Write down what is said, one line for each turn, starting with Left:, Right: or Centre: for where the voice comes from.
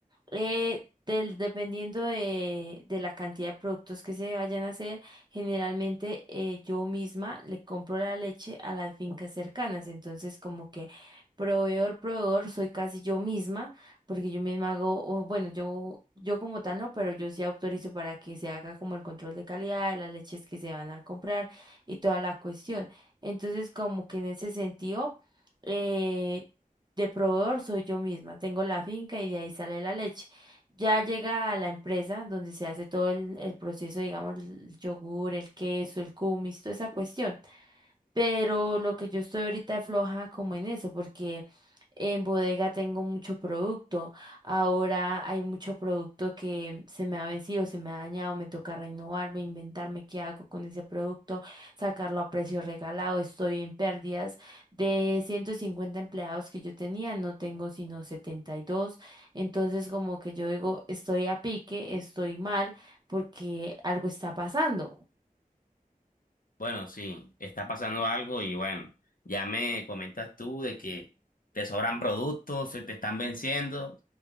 Right: Eh, del, dependiendo de, de la cantidad de productos que se vayan a hacer, generalmente eh, yo misma le compro la leche a las fincas cercanas. Entonces, como que proveedor, proveedor, soy casi yo misma, porque yo misma hago, o bueno, yo, yo como tal no, pero yo sí autorizo para que se haga como el control de calidad de las leches que se van a comprar y toda la cuestión. Entonces, como que en ese sentido... eh, de proveedor soy yo misma, tengo la finca y de ahí sale la leche. Ya llega a la empresa donde se hace todo el, el proceso, digamos, el yogur, el queso, el kumis, toda esa cuestión. Pero lo que yo estoy ahorita es floja como en eso, porque en bodega tengo mucho producto. Ahora hay mucho producto que se me ha vencido, se me ha dañado, me toca renovarme, inventarme qué hago con ese producto, sacarlo a precio regalado. Estoy en pérdidas de 150 empleados que yo tenía, no tengo sino setenta y dos Entonces como que yo digo, estoy a pique, estoy mal, porque algo está pasando.
Left: Bueno, sí, está pasando algo y bueno, ya me comentas tú de que te sobran productos, se te están venciendo.